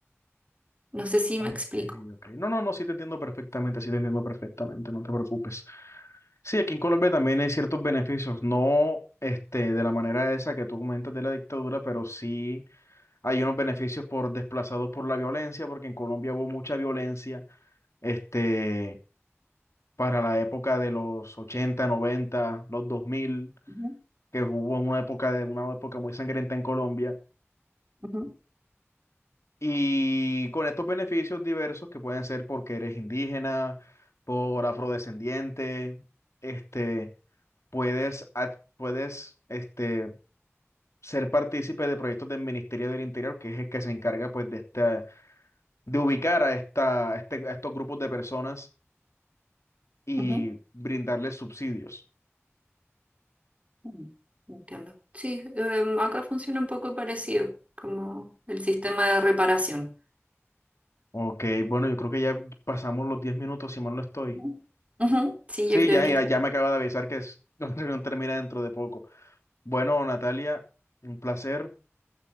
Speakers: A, on the right; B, on the left.
A: No sé si
B: Ok,
A: me explico.
B: ok. No, no, no, sí te entiendo perfectamente, sí te entiendo perfectamente, no te preocupes. Sí, aquí en Colombia también hay ciertos beneficios, no este, de la manera esa que tú comentas de la dictadura, pero sí hay unos beneficios por desplazados por la violencia, porque en Colombia hubo mucha violencia este, para la época de los ochenta noventa los dos mil
A: Ujú,
B: que hubo una época, de, una época muy sangrienta en Colombia.
A: ujú,
B: Y con estos beneficios diversos que pueden ser porque eres indígena, por afrodescendiente, este, puedes, ad- puedes este, ser partícipe de proyectos del Ministerio del Interior, que es el que se encarga pues, de, esta, de ubicar a, esta, a este- a estos grupos de personas y
A: ujú.
B: brindarles subsidios.
A: Mm, Entiendo. Sí, em, acá funciona un poco parecido, como el sistema de reparación.
B: Ok, bueno, yo creo que ya pasamos los 10 minutos, si mal no estoy.
A: Ujú. Ujú, Sí,
B: Sí,
A: yo creo
B: ya,
A: que
B: ya, ya me acaba de avisar que es, <laughs> la reunión termina dentro de poco. Bueno, Natalia, un placer.